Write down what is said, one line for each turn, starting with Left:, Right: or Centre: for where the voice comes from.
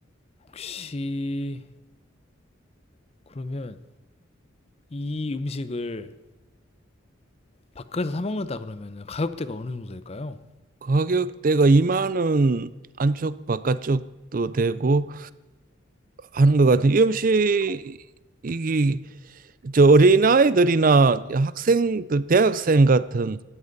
Left: 혹시 그러면 이 음식을 밖에서 사 먹는다 그러면은 가격대가 어느 정도 될까요?
Right: 가격대가 2만 원 안쪽 바깥쪽도 되고 하는 것 같아요. 이 음식이 저 어린아이들이나 학생들, 대학생 같은